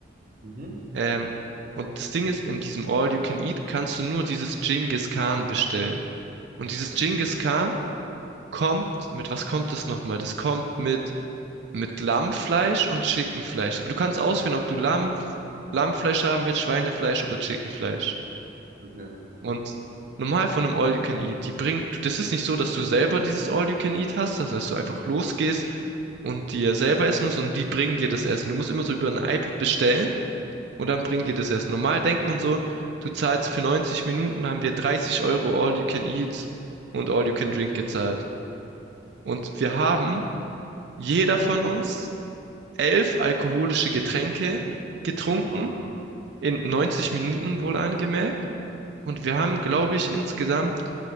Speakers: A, on the right (about 45°); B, on the right (about 60°).
A: Mhm.
B: Ähm, und das Ding ist, in diesem All You Can Eat kannst du nur dieses Genghis Khan bestellen. Und dieses
A: Okay,
B: Genghis Khan kommt, mit was kommt das nochmal? Das kommt mit, mit Lammfleisch und Chickenfleisch. Aber du kannst auswählen, ob du Lamm, Lammfleisch haben willst, Schweinefleisch oder Chickenfleisch.
A: okay.
B: Und normal von einem All You Can Eat, die bringt, du- das ist nicht so, dass du selber dieses All You Can Eat hast, sondern dass du einfach losgehst und dir selber essen musst und die bringen dir das Essen. Du musst immer so über ein iPad bestellen und
A: Mhm.
B: dann bringt ihr das erst. Normal denkt man so, du zahlst für 90 Minuten, haben wir 30 Euro All You Can Eat und All You Can Drink gezahlt. Und wir haben, jeder von uns, elf alkoholische Getränke getrunken,
A: Oha.
B: in 90 Minuten wohl angemerkt. Und wir haben, glaube ich, insgesamt